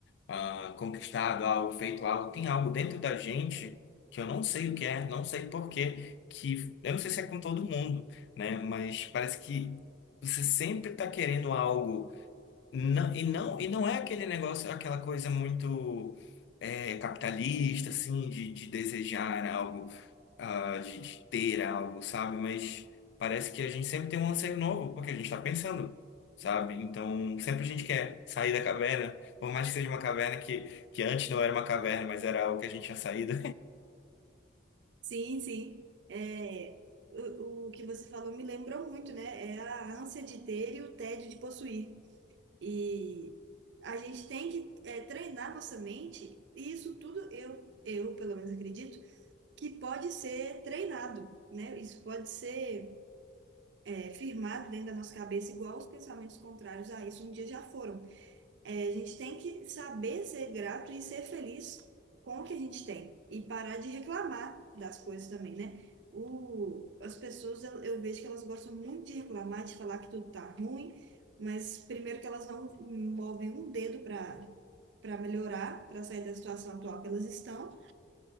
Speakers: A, on the left; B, on the right.
A: ah, conquistado algo, feito algo, tem algo dentro da gente que eu não sei o que é, não sei por quê, que eu não sei se é com todo mundo, né? Mas parece que você sempre está querendo algo não, e não, e não é aquele negócio, aquela coisa muito é, capitalista, assim, de, de desejar algo, ah, de, de ter algo, sabe? Mas parece que a gente sempre tem um anseio novo, porque a gente está pensando, sabe? Então, sempre a gente quer sair da caverna, por mais que seja uma caverna que, que antes não era uma caverna, mas era algo que a gente tinha saído.
B: Sim, sim. É, o, o que você falou me lembrou muito, né? É a ânsia de ter e o tédio de possuir. E a gente tem que é, treinar nossa mente, e isso tudo eu, eu pelo menos acredito, que pode ser treinado, né? Isso pode ser é, firmado dentro da nossa cabeça, igual os pensamentos contrários a isso um dia já foram. É, a gente tem que saber ser grato e ser feliz com o que a gente tem e parar de reclamar das coisas também, né? O, as pessoas, eu, eu vejo que elas gostam muito de reclamar, de falar que tudo tá ruim, mas primeiro que elas não movem um dedo para para melhorar, para sair da situação atual que elas estão.